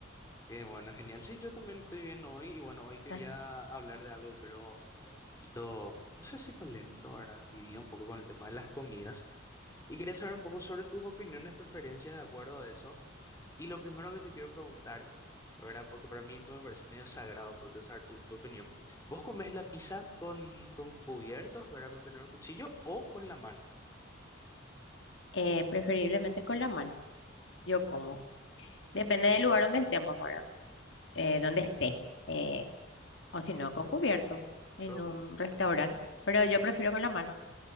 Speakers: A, on the left; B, on the left.
A: Qué bueno, genial. Sí, yo también estoy bien hoy y bueno, hoy quería
B: Ah.
A: hablar de algo, pero eh, un poquito, no sé si polémico, ¿verdad? Dividido un poco con el tema de las comidas y quería saber un poco sobre tus opiniones, preferencias de acuerdo a eso. Y lo primero que te quiero preguntar, ¿verdad? Porque para mí esto me parece medio sagrado, porque quiero saber tu, tu opinión. ¿Vos comés la pizza con, con cubiertos, ¿verdad? Con tenedor cuchillo o con la mano?
B: Eh, preferiblemente con la mano. Yo como. Depende del lugar donde estemos ahora, eh, donde esté, eh, o si no, con cubierto en
A: Pero,
B: un
A: ¿cómo- cómo-
B: restaurante.
A: cómo?
B: Pero yo
A: Ah,
B: prefiero con la mano.